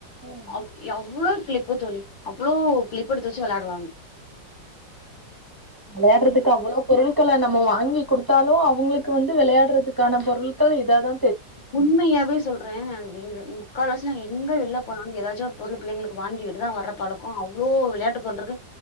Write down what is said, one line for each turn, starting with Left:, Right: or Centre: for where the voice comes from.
Right: ம்
Left: அவ் எவ்ளோ கிளிப் தோழி அவ்ளோ கிளிப் எடுத்து வச்சி வெளயாடுவாங்க
Right: விளையாடுறதுக்கு அவ்ளோ பொருள் கள நம்ம வாங்கி கொடுத்தாலு அவங்களுக்கு வந்து விளையாடுறதுக்கான பொருட்கள் இத தா
Left: உண்மையாவே சொல்றேன் எங்க எங்க முக்கால் வாசி நாங்க எங்க வெளில போனாலும் எதாச்சும் பொருள் பிள்ளைங்களுக்கு வாங்கிட்டு தான் வர்ற பழக்கம் அவ்வளோ விளையாட்டு பொருளிருக்கு